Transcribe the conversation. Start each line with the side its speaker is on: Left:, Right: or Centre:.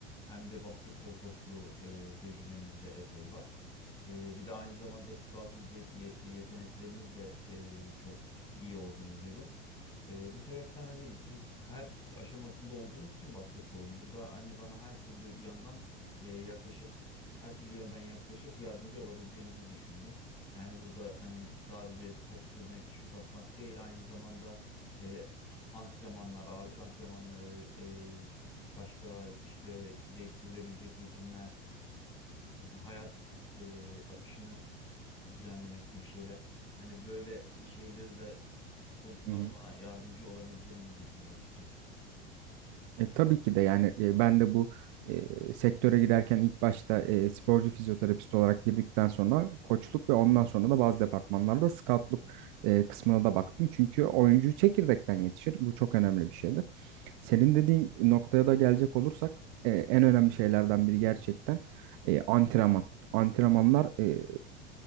Left: hem de basketbol koçluğu e, tecrübeniz de epey var. Ee, bir de aynı zamanda scouting ye- ye- yetenekleriniz de e, çok iyi olduğunu duydum. Ee, bu sebepten hani siz her aşamasında olduğunuz için basketbolun burada hani bana her türlü yandan e, yaklaşıp her türlü yönden yaklaşıp yardımcı olabileceğinizi düşündüm. Yani burada hani sadece top sürmek, şut atmak değil, aynı zamanda e, antrenmanlar, ağırlık antrenmanları, e, başka işte değiştirilebilecek rutinler, hayat e, akışını düzenlemek gibi şeyler. Hani böyle şeyleri de konusunda
Right: Hı hı.
Left: da bana yardımcı olabileceğinizi düşündüm açıkçası.
Right: E, tabii ki de yani e, ben de bu e, sektöre girerken ilk başta e, sporcu fizyoterapist olarak girdikten sonra koçluk ve ondan sonra da bazı departmanlarda scoutluk e, kısmına da baktım. Çünkü oyuncu çekirdekten yetişir. Bu çok önemli bir şeydir. Senin dediğin noktaya da gelecek olursak e, en önemli şeylerden biri gerçekten e, antrenman. Antrenmanlar e,